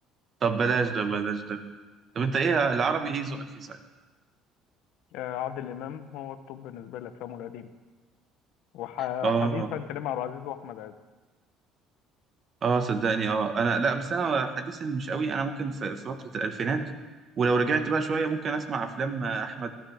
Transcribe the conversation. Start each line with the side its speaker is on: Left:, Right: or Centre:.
Right: طب بلاش ده بلاش ده طب انت ايه العربي ايه ذوقك فيه صحيح
Left: آه، عادل إمام هو الطب بالنسبة لأفلامه القديمة وحديثا
Right: اه
Left: كريم عبد العزيز وأحمد عز
Right: اه صدقني اه انا لا بس انا حديثا مش قوي انا ممكن في في فترة الالفينات ولو رجعت بقى شوية ممكن اسمع افلام احمد